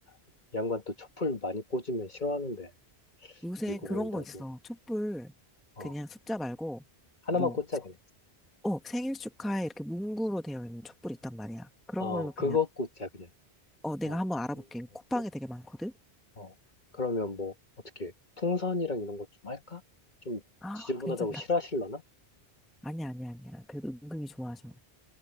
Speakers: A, on the left; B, in the centre.
A: 이 양반 또 촛불 많이 꽂으면 싫어하는데,
B: 요새
A: 늙어
B: 그런
A: 보인다고.
B: 거 있어. 촛불
A: 어,
B: 그냥 숫자 말고
A: 하나만
B: 뭐,
A: 꽂자, 그냥.
B: 어, 생일 축하해 이렇게 문구로 되어 있는 촛불 있단 말이야. 그런
A: 어,
B: 걸로 그냥
A: 그거 꽂자, 그냥.
B: 어, 내가
A: 어,
B: 한번
A: 그거
B: 알아볼게. 쿠팡에
A: 꽂고,
B: 되게 많거든.
A: 어. 그러면 뭐, 어떻게, 풍선이랑 이런 것 좀 할까? 좀
B: 아,
A: 지저분하다고
B: 괜찮다.
A: 싫어하실려나?
B: 아니야, 아니야, 아니야. 그래도 은근히 좋아하셔.